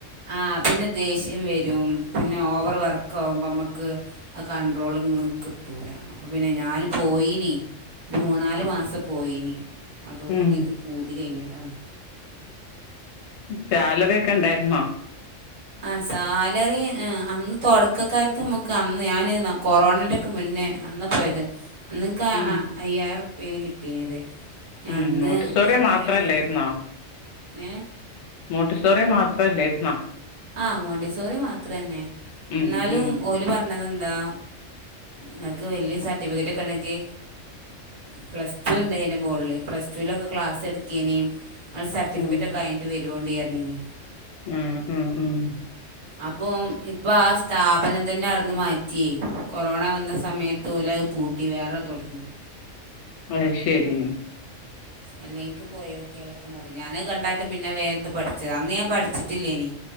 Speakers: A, on the right; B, on the left.
A: ആഹ് പിന്നെ ദേഷ്യം വരും പിന്നെ ഓവർ വർക്ക് ആകുമ്പോ നമ്മക്ക് ആഹ് കണ്ട്രോള് ങ്ങ്ക്കിട്ടൂല അപ്പം പിന്നെ ഞാൻ പോയിനി ഒരു മൂന്നാല് മാസം പോയിനി അതോടുകൂടെ
B: ഉം
A: ന്ക്ക് പൂതി കഴിഞ്ഞതാണ്
B: സാലറി ഒക്കെണ്ടായിരുന്നോ
A: ആഹ് സാലറി അന്ന് തുടക്കക്കാർക്ക് നമ്മക്ക് അന്ന് ഞാൻ കൊറോണന്റെ മുന്നേ അന്ന് പോയത് അന്ന്ക്ക്
B: ഉം
A: അയ്യായിർപ്യാണ് കിട്ടീനത്
B: ഉം
A: അന്ന്
B: നോട്ടിസോറിയോ
A: ഇതേപോലെ
B: മാത്രല്ലായിരുന്നോ
A: മൂന്ന് ഏ
B: മോട്ടിസോറിയ മാത്രല്ലായിരുന്നാ
A: ആഹ് മോണ്ടിസോറി മാത്രന്നെ
B: ഉം
A: എന്നാലും
B: ഉം
A: ഓല് പറഞ്ഞതെന്താ ങ്ങക്ക് വല്യ സർട്ടിഫിക്കറ്റ് ഒക്കെ ഉണെങ്കി പ്ലസ്ടുണ്ട് അയ്ന്റെ മോളിൽ പ്ലസടുലൊക്കെ ക്ലാസ് എടുക്കനേയും അത് സർട്ടിഫിക്കറ്റോക്കെ
B: ഉം
A: അയിട്ട് വരോണ്ടി പറഞ്ഞീനി
B: ഉം ഉം ഉം
A: അപ്പൊ ഇപ്പ സ്ഥാപനം തന്നെ അവിടുന്ന് മാറ്റിയേ കൊറോണ വന്ന സമയത്ത് തൊലെ അത് പൂട്ടി വേറെ തുടങ്ങി
B: അയ്ശെരി
A: അല്ലെനിക്ക് പോയോക്കിയാലൊക്കെ മതി ഞാനൻ കണ്ടാട്ട് പിന്നെ വേന്ത പഠിച്ചത് അന്ന് ഞാൻ പഠിച്ചിട്ടില്ലേനി